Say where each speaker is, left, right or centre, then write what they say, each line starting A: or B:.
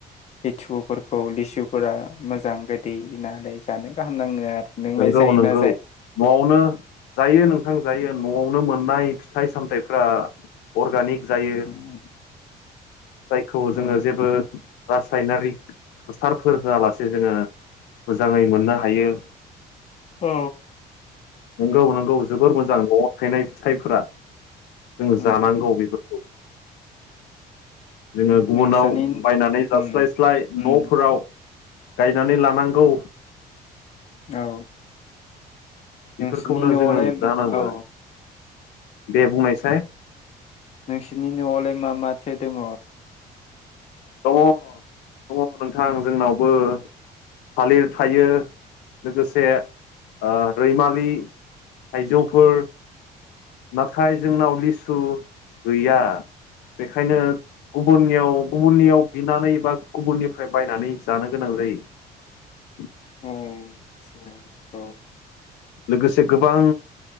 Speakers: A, on the left; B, on the left.
A: लिथुखुफोरखौ लिसुफोरा मोजां गोदै नालाय जानो गाहाम नांङो आरो। नोंलाय
B: नंगौ
A: जायोना
B: नंगौ न'आवनो जायो नों नोंथां जायो न'आवनो मोननाय फिथाइ सामथायाइफ्रा अर्गानिक जायो
A: जाया
B: जायखौ
A: उम
B: जोंङो जेबो रासायनारिक हासारफोर होआलासे जोंङो मोजांङै मोननो हायो।
A: औ
B: नंगौ नंगौ जोबोर मोजां न'आव थायनाय फिथाइफोरा जोंङ
A: उम
B: जानांगौ बेफोरखौ जोंङो गुबुनाव
A: नोंस्रानि
B: बायनानै जास्लायस्लाय
A: उम उम
B: न'फोराव गायनानै लानांगौ।
A: औ
B: बेफोरखौनो
A: नोंसोरनि न'आवलाय
B: जोंङो जानांगौ
A: औ
B: दे बुंनायसाय
A: नोंसिनि न'आवलाय मा माथो दंङ?
B: दंङ दंङ नोंथां जोंनावबो थालिर थायो लोगोसे ओ रैमालि थायजौफोर नाथाय जोंनाव लिसु गैया। बेखायनो गुबुननियाव गुबुननियाव बिनानै बा गुबुननिफ्राय बायनानै जानो गोनां जायो।
A: उम औ
B: लोगोसे गोबां